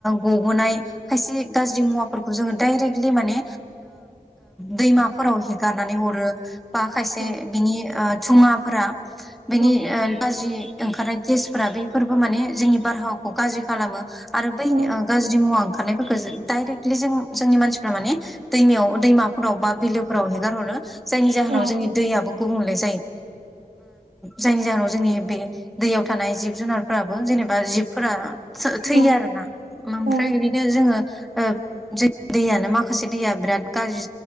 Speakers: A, in the centre; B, on the right (about 65°).
A: गबोनाय खायसे गाज्रि मुवाफोरखौ जोङो डाइरेक्टलि माने दैमाफोराव हिगारनानै हरो बा खायसे
B: औ
A: बिनि थुङाफोरा बेनि
B: औ
A: गाज्रि ओंखारनाय गेसफोरा बेफोरबो माने जोंनि बारहावाखौ गाज्रि खालामो आरो बै
B: औ
A: गाज्रि मुवा थानायफोरखौ डायरेक्टलि जों जोंनि मानसिफोरा माने दैमायाव दैमाफोराव बा बिलोफोराव हेगारहरनो जायनि जाहोनाव
B: औ
A: जोंनि दैआाबो गुबुंले जायो जायनि जाहोनाव जोंनि बे दैयाव थानाय जिब जुनारफोराबो जेनेबा बा जिबफोरा थैयो
B: औ
A: आरो ना ओमफ्राय
B: औ
A: बिदिनो जोङो ज दैयानो माखासे दैया बिराद गाज्रि